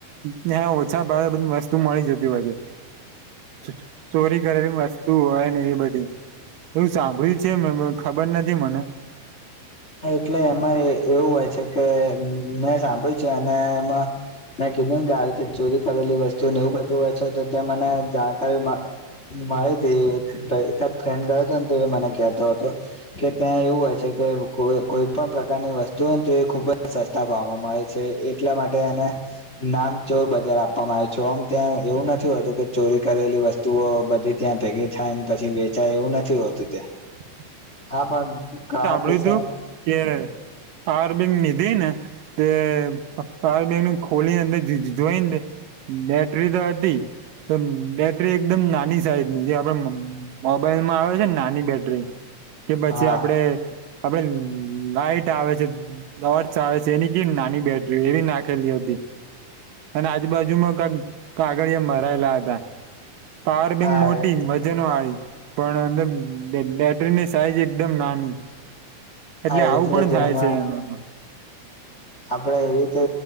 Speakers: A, on the right; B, on the left.
A: ત્યાં ઓછા ભ બધી વસ્તુ મળી જતી હોય છે એ ચોરી કરેલી વસ્તુ હોય ને એ બધી એવું સાંભળી જેમ ખબર નથી મને
B: એટલે એમાં એવું હોય કે મેં સાંભળ્યું છે અને એમાં મેં કીધું કે આવી રીતે ચોરી કરેલી વસ્તુ એવું બચવું હોય છે તો ત્યાં મને જાણકારી મળી હતી એકાદ ફ્રેન્ડ ગયો હતો ને તો એ મને કહેતો હતો કે ત્યાં એવું હોય છે કે કો કોઈ પણ પ્રકારની વસ્તુ હોય ને તો એ ખૂબ જ સસ્તા ભાવમાં મળે છે એટલા માટે એને નામ ચોર બજાર આપવામાં આવ્યું છે આમ ત્યાં એવું નથી હોતું કે ચોરી કરેલી વસ્તુઓ બધી ત્યાં ભેગી થાય પછી વેચાય એવું નથી હોતું ત્યાં
A: <unintelligible>
B: હા પણ કિસ્સા
A: ું કે બીંગ દન તે તંગનું ખોલી જોઈ બેટરી તો અધી બેટરી એકદમ નાની સાઈઝ ની જે આપડે મોબાઈલમાં આવે છે ને નાની બેટરી કે પછી
B: હા
A: આપડે આપડે લઇટ આવે છે દ આવે છે એની ક નાની બેટરી એવી નાખેલી હતી અને આજુ બાાજુમાં કક કાગળ મરાયેલા હતા પાવર બેંક
B: હા
A: મોટી વજન વાળી પણ અંદર બેટરી ની સાઈઝ એકદમ નાની એટલે
B: હા
A: આવું પણ
B: જ
A: થાય
B: એમાં
A: છે એનામાં
B: આપડે એવીતે